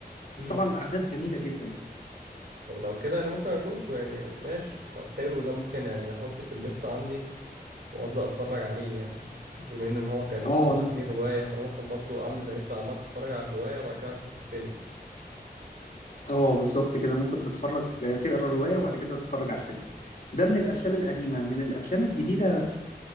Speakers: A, on the right; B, on the left.
A: مم.
B: بس طبعا الأحداث جميلة جدا يعني
A: طب لو كده أنا ممكن أشوفه يعني ماشي طب حلو ده ممكن يعني أحطه في الليست عندي وأبدأ أتفرج عليه يعني بما إن هو كان
B: اه
A: أصلا ليه رواية فأنا ممكن برضو أعمل زي ما أنت عمال تتفرج على الرواية وبعد كده أشوف الفيلم
B: اه بالظبط كده ممكن تتفرج تقرا الرواية وبعد كده تتفرج على الفيلم ده من الأفلام القديمة من الأفلام الجديدة